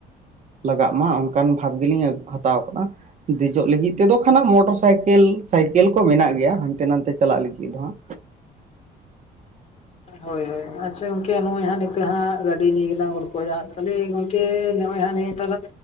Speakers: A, on the right; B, on the left.
A: ᱞᱟᱜᱟᱜ ᱢᱟ ᱚᱱᱠᱟᱱ ᱵᱷᱟᱠ ᱜᱮᱞᱤᱧ ᱦᱟᱛᱟᱣ ᱠᱟᱜ-ᱟ ᱫᱮᱡᱚᱜ ᱞᱟᱹᱜᱤᱫ ᱛᱮᱫᱚ ᱠᱷᱟᱱᱟᱝ ᱢᱚᱴᱚᱨ ᱥᱟᱭᱠᱮᱞ ᱥᱟᱭᱠᱮᱞ ᱠᱚ ᱢᱮᱱᱟᱜ ᱜᱮᱭᱟ ᱦᱟᱱᱛᱮ ᱱᱟᱛᱮ ᱪᱟᱞᱟᱜ ᱞᱟᱹᱜᱤᱫ ᱦᱚᱸ ᱦᱟᱸᱜ
B: ᱦᱚᱭ ᱦᱚᱭ ᱟᱪᱪᱷᱟ ᱜᱚᱝᱠᱮ ᱱᱚᱜ-ᱚᱭ ᱦᱟᱸᱜ ᱱᱤᱛᱚᱜ ᱦᱟᱸ ᱜᱟᱹᱰᱤ ᱱᱤᱭᱟ ᱞᱟᱝ ᱜᱚᱞᱯᱚ ᱮᱫᱟ ᱛᱟᱦᱞᱮ ᱜᱚᱢᱠᱮ ᱛᱮ ᱱᱚᱭ ᱦᱟᱸᱜ ᱱᱤᱭᱟ ᱫᱷᱟᱣ ᱫᱚ